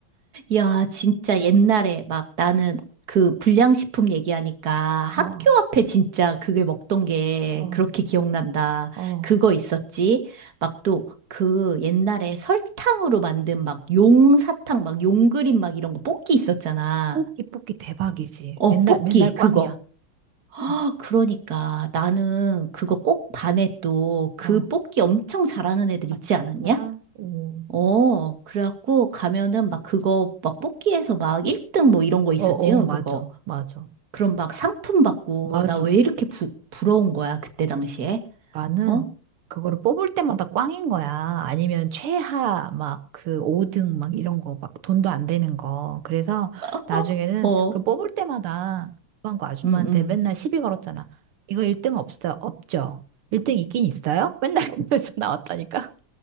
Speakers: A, on the right; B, on the right.
A: 야, 진짜 옛날에 막 나는 그 불량식품 얘기하니까
B: 어
A: 학교 앞에 진짜 그게 먹던 게
B: 어
A: 그렇게 기억난다.
B: 어
A: 그거 있었지? 막 또 그 옛날에 설탕으로 만든 막 용사탕, 막 용그림 막 이런 거 뽑기 있었잖아.
B: 뽑기 뽑기 대박이지.
A: 어,
B: 맨날
A: 뽑기,
B: 맨날
A: 그거.
B: 꽝이야.
A: 아,
B: 어
A: 그러니까 나는 그거 꼭 반에 또 그
B: 어
A: 뽑기 엄청 잘하는 애들
B: 아
A: 있지
B: 진짜?
A: 않았냐?
B: 오.
A: 어, 그래갖고 가면은 막 그거 막 뽑기에서 막 1등 뭐 이런 거 있었지,
B: 어 어
A: 요
B: 맞아
A: 그거.
B: 맞아
A: 그럼 막 상품 받고
B: 맞아
A: 나 왜 이렇게 부, 부러운 거야, 그때 당시에?
B: 나는
A: 어?
B: 그거를 뽑을 때마다 꽝인 거야. 아니면 최하 막 그 5등 막 이런 거 막 돈도 안 되는 거. 그래서
A: <laughs>
B: 나중에는
A: 어,
B: 그 뽑을 때마다 그거 아줌마한테
A: 응, 응.
B: 맨날 시비 걸었잖아. 이거 1등 없어, 없죠? 1등 있긴 있어요? 맨날 <laughs> 그러면서 나왔다니까.